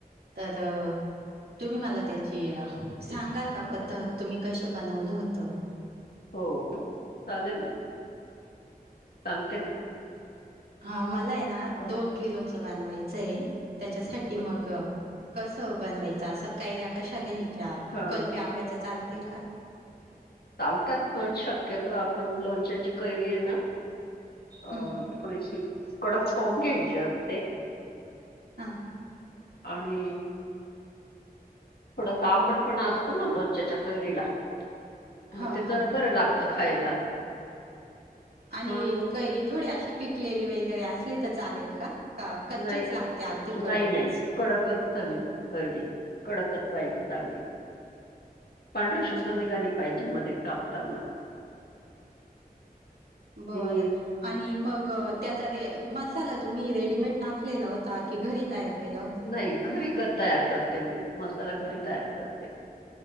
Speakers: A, on the right (about 75°); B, on the left (about 75°).
A: तर तुम्ही मला त्याची सांगाल का पद्धत तुम्ही कसं बनवलं होतं.
B: हो चालेल. चालते ना.
A: हा मला आहे ना
B: बस,
A: दोन किलोच बनवायचं आहे त्याच्यासाठी
B: बस.
A: मग कस बनवायचा असं कैऱ्या कशा घ्यायच्या
B: हा
A: कलमी आंब्याच्या चालतील का?
B: चालतात पण शक्यतो आपण लोणच्याची कैरी आहे ना
A: हं,
B: अ थोडीशी कडक पाहून घ्यायची असते.
A: हा. <inaudible>
B: आणि थोडासा आंबटपणा असतो ना लोणच्याच्या कैरीला मग
A: हां
B: ते
A: हां
B: जरा बरं लाग त खायला.
A: आणि
B: म्हणून मग
A: कैरी थोडी अशी पिकलेली वगैरे असली तर चालेल का? का कच्चीच
B: नाही
A: लागते अगदी कडकच.
B: नाही नाही कडकच हवी
A: अ
B: कैरी कडकच पाहिजे चांगली. पांढर
A: अच्छा
B: शुभ्र निघाली पाहिजे मध्ये कापताना.
A: बरं
B: आणि
A: आणि मग त्याचा रे मसाला तुम्ही रेडीमेड टाकलेला होता की घरी तयार केला होता?
B: नाही घरी तयार करते मी मसाला घरी तयार करते.